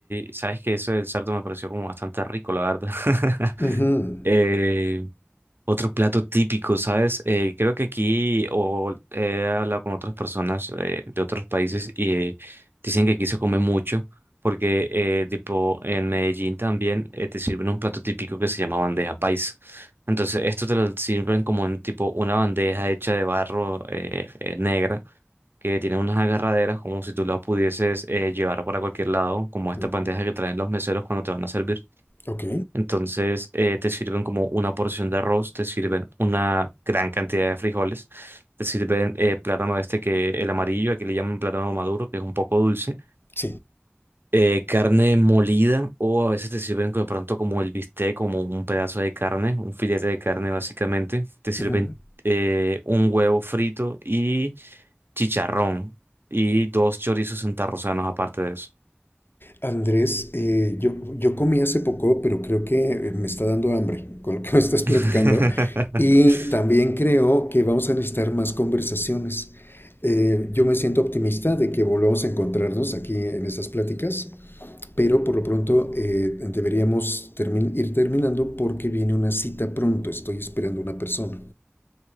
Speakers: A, on the right; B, on the left.
A: sabes que eso del cerdo me pareció como bastante rico, la verdad. <laughs>
B: Ujú.
A: Eh, Otro plato típico, ¿sabes? Eh, creo que aquí, o he hablado con otras personas eh, de otros países y eh, dicen que aquí se come mucho, porque eh, tipo en Medellín también eh, te sirven un plato típico que se llama bandeja paisa. Entonces, esto te lo sirven como en tipo una bandeja hecha de barro eh, eh, negra, que tiene unas agarraderas como si tú la pudieses eh, llevar para cualquier lado, como estas
B: Mm,
A: bandejas que traen los meseros cuando te van a servir.
B: Ok,
A: Entonces eh, te sirven como una porción de arroz, te sirven una gran cantidad de frijoles, te sirven eh, plátano este que el amarillo, aquí le llaman plátano maduro, que es un poco dulce,
B: sí.
A: eh, carne molida o a veces te sirven de pronto como el bistec, como un pedazo de carne, un filete de carne básicamente, te sirven
B: Ujú.
A: eh, un huevo frito y chicharrón y dos chorizos santarrosanos aparte de eso.
B: Andrés, eh, yo, yo comí hace poco, pero creo que eh, me está dando hambre con lo que <laughs> me estás platicando.
A: <laughs>
B: Y también creo que vamos a necesitar más conversaciones. Eh, yo me siento optimista de que volvamos a encontrarnos aquí en estas pláticas, pero por lo pronto eh, deberíamos termin- ir terminando porque viene una cita pronto. Estoy esperando una persona.